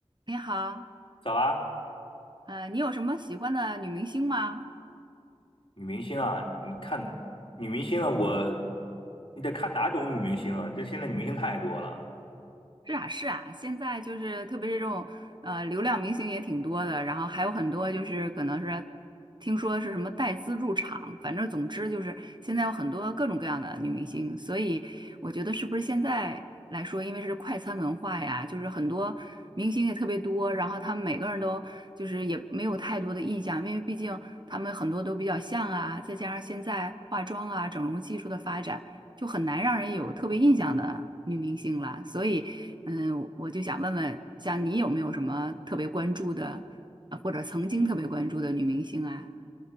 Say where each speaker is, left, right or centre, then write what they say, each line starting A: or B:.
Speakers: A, on the right; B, on the left.
A: 你好，
B: 早啊，
A: 呃，你有什么喜欢的女明星吗？
B: 女明星啊，你看女明星啊，我你得看哪种女明星啊？这现在女明星太多了，
A: 是啊，是啊，现在就是特别是这种呃流量明星也挺多的，然后还有很多就是可能是听说是什么带资入场，反正总之就是现在有很多各种各样的女明星，所以我觉得是不是现在来说，因为是快餐文化呀，就是很多明星也特别多，然后他们每个人都就是也没有太多的印象，因为毕竟他们很多都比较像啊，再加上现在化妆啊整容技术的发展。就很难让人有特别印象的女明星了，所以嗯，我就想问问，像你有没有什么特别关注的，呃或者曾经特别关注的女明星啊？